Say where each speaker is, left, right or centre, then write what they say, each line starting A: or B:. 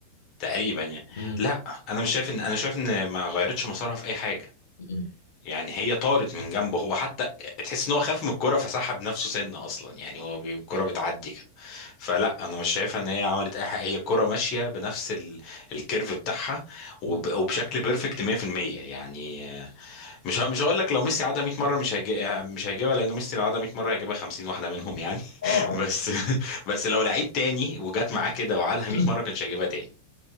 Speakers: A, on the left (about 40°); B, on the left (about 65°).
A: تقريبا يعني
B: مم.
A: لا انا مش شايف ان انا شايف ان ما غيرتش مسارها في اي حاجه
B: مم.
A: يعني هي طارت من جنبه هو حتى تحس ان هو خاف من الكرة فسحب نفسه سنه اصلا يعني هو بي- الكرة بتعدي كده فلا انا مش شايفها ان هي عملت اي حاجه هي الكرة ماشيه بنفس ال... الكيرف بتاعها وب...
B: مم.
A: وبشكل بيرفكت 100% يعني آه، مش ه... مش هقول لك لو ميسي عادها 100 مره مش هيجي... مش هيجيبها لان ميسي لو عادها 100 مره هيجيبها 50 واحده منهم يعني
B: اه عارف
A: بس <laughs> بس لو لعيب تاني وجات معاه كده وعادها
B: <clears throat>
A: 100 مره كانش هيجيبها تاني